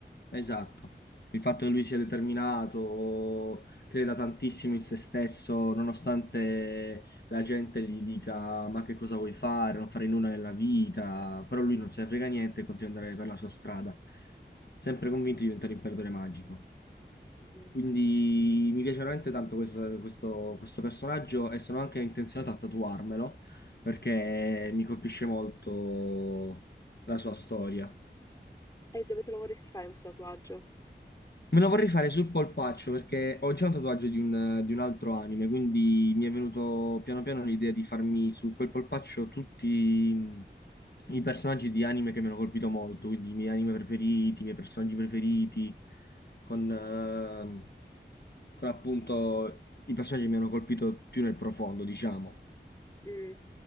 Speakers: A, on the left (about 60°); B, on the left (about 20°).
A: Esatto. Il fatto che lui sia determinato, creda tantissimo in se stesso, nonostante la gente gli dica ma che cosa vuoi fare, non fare nulla nella vita, però lui non se ne frega niente e continua ad andare per la sua strada, sempre convinto di diventare un imperatore magico.
B: Mm.
A: Quindi mi piace veramente tanto questo, questo- questo personaggio e sono anche intenzionato a tatuarmelo perché mi colpisce molto la sua storia.
B: E dove te lo vorresti fare questo tatuaggio?
A: Me lo vorrei fare sul polpaccio perché ho già un tatuaggio di un, di un altro anime, quindi mi è venuto piano piano l'idea di farmi su quel polpaccio tutti mh, i personaggi di anime che mi hanno colpito molto, quindi i miei anime preferiti, i miei personaggi preferiti, con, ehm, con appunto i personaggi che mi hanno colpito più nel profondo, diciamo.
B: Mm.